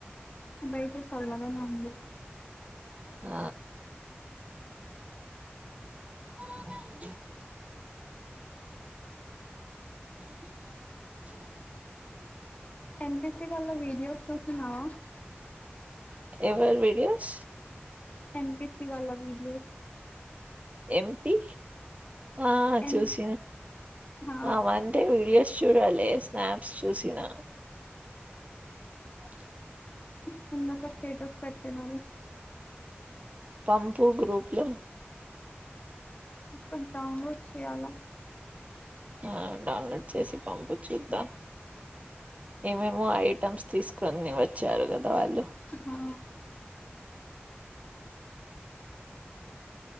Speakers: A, on the left; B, on the right.
A: బయట చల్దానే ఉంది
B: ఆ అ <inaudible>
A: ఎంబిసి వల్ల వీడియోస్ చూసన్నావా
B: ఎవరు వీడియోస్
A: హంపితి వాా వడియో
B: ఎంటి ఆ
A: ఎం
B: చూస
A: హా
B: ఆవే వీడియో చూడాలి స్నాప్స్ చూసినా <inaudible>
A: చిన్నక స్టేటస్ పెట్టినారు
B: పంపు గ్రూప్లో
A: ఇప్పుడు డౌన్లోడ్ చేయాలా
B: ఆ డౌన్లోడ్ చేసి పంపు చూద్దాం ఏమేమో ఐటమ్స్ తీసుకొని వచ్చారు కదా వాళ్ళు
A: హా